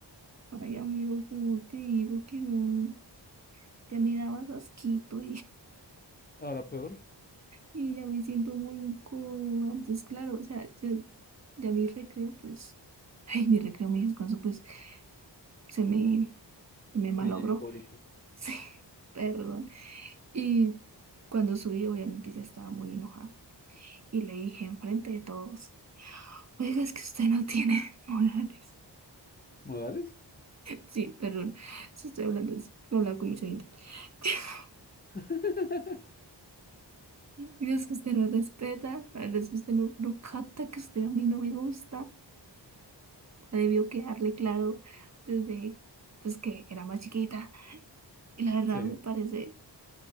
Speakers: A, on the right (about 40°); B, on the left (about 25°).
A: ay amigo, ¿cómo te digo que no, ya me dabas asquito
B: Ahora peor,
A: y ya me siento muy incómoda. Entonces, claro, o sea, ya, ya mi recreo, pues, <laughs> ay, mi recreo, mi descanso, pues, se me, me malogró.
B: niña Discovery
A: <laughs>
B: Kid.
A: Sí, perdón. Y cuando subí, obviamente ya estaba muy enojada. Y le dije enfrente de todos, oiga, es que usted no tiene <laughs> morales.
B: ¿Modales?
A: Sí, perdón, si estoy hablando, es- he hablado con mucha gente. <laughs>
B: <laughs>
A: Y es que usted no respeta, la verdad es que usted no, no capta que usted a mí no me gusta. debió quedarle claro desde pues que era más chiquita. Y la verdad
B: Sí,
A: me parece,